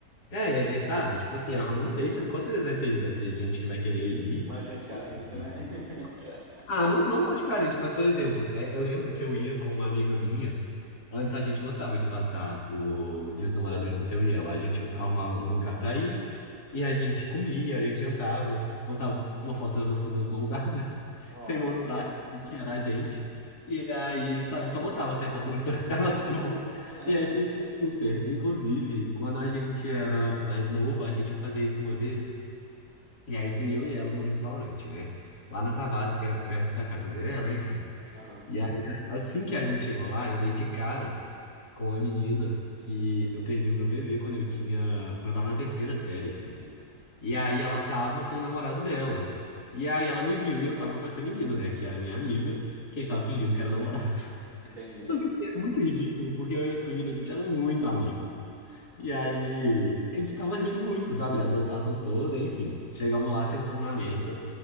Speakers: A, on the left; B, on the right.
A: é, é, é, sabe? Tipo assim, arruma um date, assim, com certeza vai ter, vai ter gente que vai querer ir.
B: Mais gente carente,
A: E- e-
B: né? <laughs>
A: Ah, não, não só de carente, mas, por exemplo,
B: Hum,
A: é, eu lembro
B: hum.
A: que eu ia com uma amiga minha. Antes a gente gostava de passar o Dia dos Namorados juntos, eu e ela. A gente arrumava um lugar pra ir e a gente comia, a gente jantava, postava uma foto das nossas duas mãos dadas, <laughs>
B: Oh,
A: sem mostrar
B: fofos.
A: que era a gente. E aí, sabe, só botava assim a foto do Fran até a <laughs> nossa mão.
B: <laughs>
A: E aí fingia super. Inclusive, quando a gente era mais novo, a gente ia fazer isso uma vez. E aí fui eu e ela num restaurante, né? Lá na Savassi, que era perto da casa dela, enfim.
B: Aham,
A: E aí, assim que a gente chegou lá, eu dei de cara com uma menina que eu perdi o meu bebê quando eu tinha, quando eu tava na terceira série, assim. E aí ela tava com o namorado dela. E aí ela me viu e eu tava com essa menina, né, que era minha amiga, que a gente tava fingindo que era namorado. <laughs>
B: entendi.
A: Só que é
B: Hum.
A: muito ridículo, porque eu e essa menina, a gente era muito amigo. E aí a gente tava rindo muito, sabe, da da situação toda, enfim. Chegamos lá, sentamos na mesa.